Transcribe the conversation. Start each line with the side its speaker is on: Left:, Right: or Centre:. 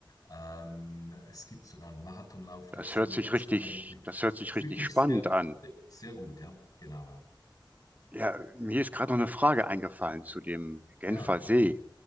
Left: ähm, es gibt sogar einen Marathonlauf dazu.
Right: Das hört sich
Left: Das
Right: richtig,
Left: kann man wirklich,
Right: das
Left: das
Right: hört sich
Left: ist
Right: richtig
Left: wirklich
Right: spannend
Left: sehr,
Right: an.
Left: sehr gut, ja, genau. Ja,
Right: Ja, mir ist gerade noch eine Frage eingefallen zu dem Genfer
Left: ja Genf.
Right: See.